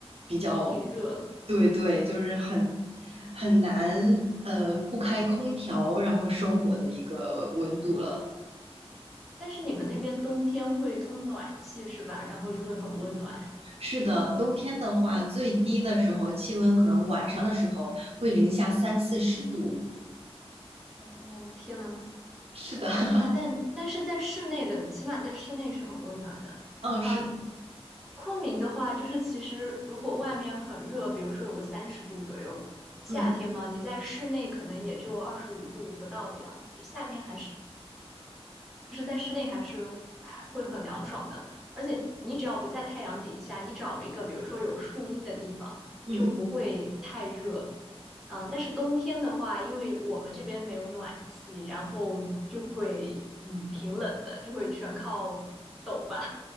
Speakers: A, on the right; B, in the centre.
A: 比较，
B: 挺热。
A: 对对，就是很很难，呃，不开空调然后生活的一个温度了。
B: 但是你们那边冬天会通暖气是吧？然后就会很温暖。
A: 是的，冬天的话，最低的时候气温可能晚上的时候会零下三四十度。
B: 哦，天呐，
A: 是的，<laughs>
B: 呃但但是在室内的，起码在室内是很温暖的。
A: 嗯，
B: 啊、
A: 是，
B: 昆明的话，就是其实如果外面很热，比如说有个三十度左右，夏天嘛，
A: 嗯
B: 你在室内可能也就二十五度不到的样子，夏天还是。就是在室内还是还会很凉爽的。而且你只要不在太阳底下，你找一个比如说有树荫的地方，
A: 嗯，
B: 就不会太热。嗯，但是冬天的话，因为我们这边没有暖气，然后就会嗯挺冷的，就会全靠抖吧。